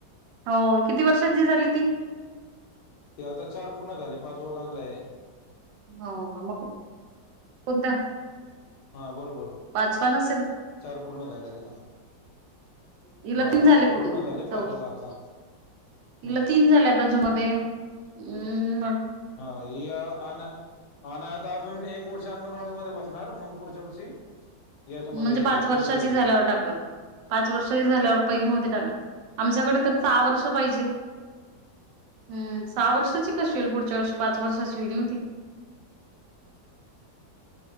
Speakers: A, on the right; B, on the left.
A: हो किती वर्षाची झाली ती?
B: ते आता चार पूर्ण झाले, पाचव लागलय.
A: हो का मग कोणता?
B: हा बरोबर.
A: पाचवा नसेल
B: चार पूर्ण झालं तिला.
A: हीला
B: हा
A: तीन झाले
B: चार
A: पूर्ण
B: झाले
A: च
B: पाचवा लागला
A: हीला
B: हम्म
A: तीन झाले. जमध्ये हम्म मग
B: हा हे आना हा ना आता अजून एक वर्षी अंगणवाडी मध्ये बसणार मग पुढच्या वर्षी याच्यामध्ये
A: म्हणजे
B: येईन
A: पाच
B: ती
A: वर्षाची
B: पहिलीला
A: झाल्यावर
B: ईन.
A: टाकल पाच वर्षही झाल्यावर पहिली मध्ये टाका आमच्याकडे तर सहा वर्ष पाहिजे. हम सहा वर्षाची कशी होईल पुढच्या वर्षी पाच वर्षाची होईल ना ती?